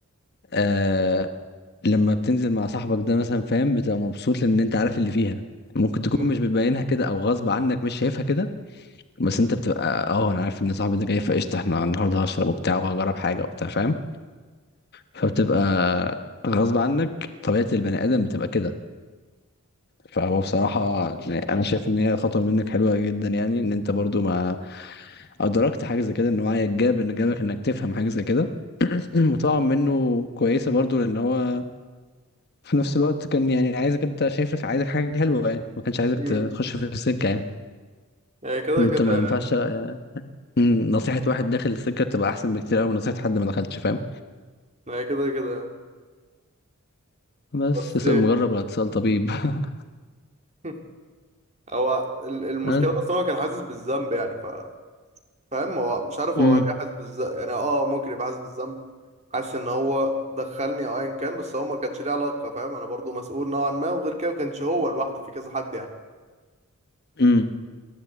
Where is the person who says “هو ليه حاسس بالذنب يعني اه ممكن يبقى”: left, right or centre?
Right